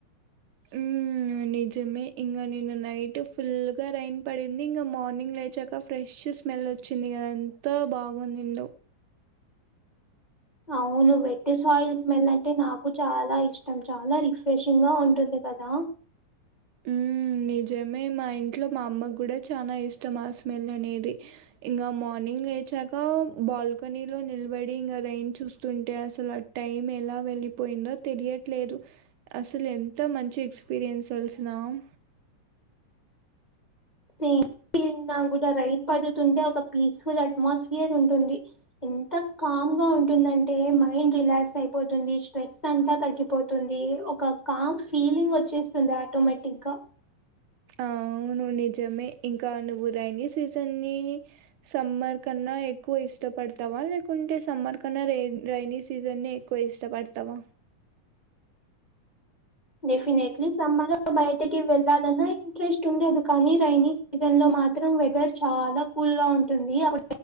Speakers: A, on the right (about 70°); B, on the left (about 75°).
A: మ్మ్ నిజమే ఇంక నిన్న నైట్ ఫుల్ గా రైన్ పడింది ఇంకా మార్నింగ్ లైక్ చక్కా ఫ్రెష్ స్మెల్ వచ్చింది కదా, ఎంత బాగుండిందో
B: అవును వెట్ సాయిల్ స్మెల్ అంటే నాకు చాలా ఇష్టం, చాలా రిఫ్రెషింగ్ గా ఉంటుంది కదా.
A: ఊ నిజమే మా ఇంట్లో మా అమ్మకి కూడా చానా ఇష్టం ఆ స్మెల్ అనేది ఇంకా మార్నింగ్ లేచాక బాల్కనీలో నిలబడి ఇంకా రైన్ చూస్తుంటే అసలు అ టైమ్ ఎలా వెళ్ళిపోయిందో తెలియట్లేదు. అసలు ఎంత మంచి ఎక్స్పీరియన్స్ అల్స ఇన్నామ్
B: సేమ్ ఫేలింగ్ నాక్కూడా, రైన్ పడుతుంటే ఒక పీస్ఫుల్ అట్మాస్ఫియర్ ఉంటుంది. ఎంత కామ్ గా ఉంటుందంటే, మైండ్ రిలాక్స్ అయిపోతుంది, స్ట్రెస్ అంతా తగ్గిపోత్ తుంది, ఒక కామ్ ఫీలింగ్ వచ్చేస్తుంది ఆటోమేటిక్ గా.
A: అవును నిజమే, ఇంకా నువ్వు రైైనీ సీజన్ని సమ్మర్ కన్నా ఎక్కువ ఇష్టపడతావా లేకుంటే సమ్మర్ కన్నా రై రైైనీ సీజన్నే క్కువ ఇష్టపడతావా?
B: డెఫినెట్లీ సమ్మర్లో బయటకి వెళ్ళాలన్నా ఇంట్రెస్ట్ ఉండదు కానీ రైనీ సీజన్ లో మాత్రం వెదర్ చాలా కూల్ గా ఉంటుంది అప్